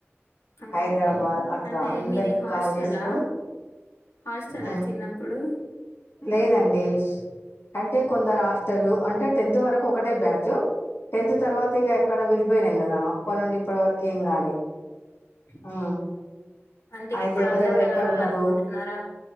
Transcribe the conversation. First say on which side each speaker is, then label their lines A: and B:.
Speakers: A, on the left; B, on the left.
A: ఆ
B: హైదరాబాద్ అట్లా
A: అంటే
B: అందరికి
A: మీది హాస్టలా
B: కాల్ చేసుకొని
A: హాస్టలా
B: ఆ
A: చిన్నప్పుడు
B: లేదండి అంటే కొందరు హాస్టల్ అంటే టెన్త్ వరకు ఒకటే బ్యాచ్ టెన్త్
A: హ్మ్.
B: తర్వాత ఇక ఎక్కడ విడిపోయినం కదా అప్ప నుండి ఇప్పటి వరకు ఏం కాలే ఆ
A: అంటే
B: అయితే
A: ఇప్పుడు
B: ఎవరేవరు
A: అందరూ గలవాలనుకుంటున్నారా?
B: ఎక్కడ ఉన్నారు